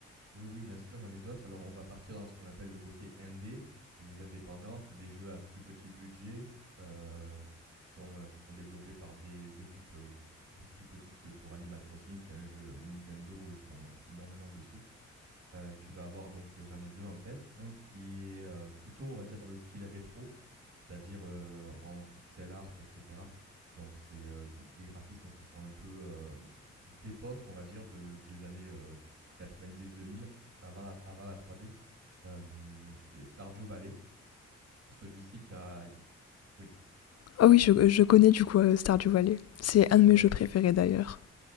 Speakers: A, on the right (about 55°); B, on the left (about 55°).
A: Oui, oui, bien sûr, j'en ai d'autres. Alors, on va partir dans ce qu'on appelle le côté indé. Les indépendants, c'est des jeux à plus petit budget heu, qui sont, heu, qui sont développés par des équipes, heu, beaucoup plus petites que pour Animal Crossing, qui est un jeu Nintendo, ils sont euh, énormément dessus. Heu, tu vas avoir donc, heu, j'en ai 2 en tête. Un qui est, heu, plutôt on va dire dans le style rétro, c'est-à-dire, heu, en pixel art et cetera. Donc c'est, heu, des graphismes qui sont un peu, hem, d'époque on va dire de des années, heu, 90-2000 avant la avant la 3D. Hem, c'est Stardew Valley. Celui-ci tu as oui,
B: Ah oui, je je connais du coup, heu, Stardew Valley. C'est un de mes
A: ouais
B: jeux
A: si
B: préférés
A: tu as
B: d'ailleurs.